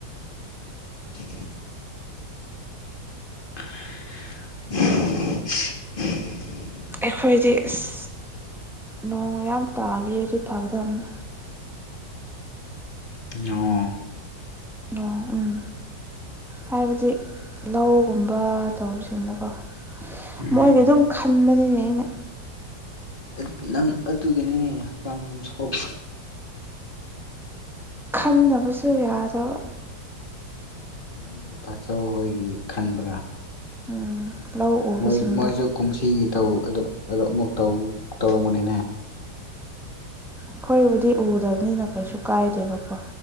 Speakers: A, on the left; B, in the centre.
A: <inaudible> <inaudible>
B: ꯑꯩꯈꯣꯏꯗꯤ ꯏꯁ ꯅꯣꯡ ꯃꯌꯥꯝ ꯇꯥꯕꯤꯔꯗꯤ ꯐꯒꯥꯗꯕꯅꯤ
A: ꯅꯣꯡ
B: ꯅꯣꯡ ꯎꯝ ꯍꯥꯏꯕꯗꯤ ꯂꯧꯒꯨꯝꯕ ꯇꯧꯕꯁꯤꯡꯗꯀꯣ
A: ꯎꯝ
B: ꯃꯣꯏꯒꯤ ꯑꯗꯨꯝ ꯈꯟꯕꯅꯤꯅꯦ ꯑꯩꯅ
A: ꯑꯦꯠ ꯅꯪ ꯑꯗꯨꯒꯤꯅꯦ ꯍꯛꯆꯥꯡ ꯌꯥꯝ ꯁꯣꯛ
B: <inaudible> ꯈꯟꯗꯕꯁꯨ ꯌꯥꯗꯕ
A: ꯅꯣꯏ ꯇꯥꯆꯧ ꯍꯣꯏꯒꯤ ꯈꯟꯕ꯭ꯔꯥ
B: ꯎꯝ ꯂꯧ ꯎꯕꯁꯤꯡꯗꯣ
A: ꯃꯣꯏ ꯃꯣꯏꯁꯨ ꯀꯨꯝꯁꯤꯒꯤ ꯇꯧ ꯑꯗꯨ ꯑꯗꯨ ꯑꯃꯨꯛ ꯇꯧ ꯇꯧꯔꯝꯒꯅꯤꯅꯦ
B: ꯑꯈꯣꯏꯕꯨꯗꯤ ꯎꯗꯕꯅꯤꯅ ꯀꯩꯁꯨ ꯀꯥꯏꯗꯦꯕꯀꯣ